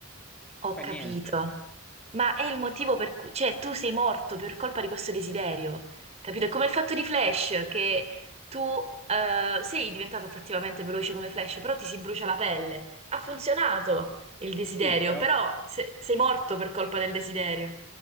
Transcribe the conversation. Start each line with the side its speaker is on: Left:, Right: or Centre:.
Right: Ho
Centre: Fa
Right: capito.
Centre: niente.
Right: Ma è il motivo per cui, cioè, tu sei morto per colpa di questo desiderio, capito? È come il fatto di Flash, che tu eh, sei diventato effettivamente veloce come Flash, però ti si brucia la pelle. Ha funzionato il desiderio,
Centre: Sì, però...
Right: però se- sei morto per colpa del desiderio.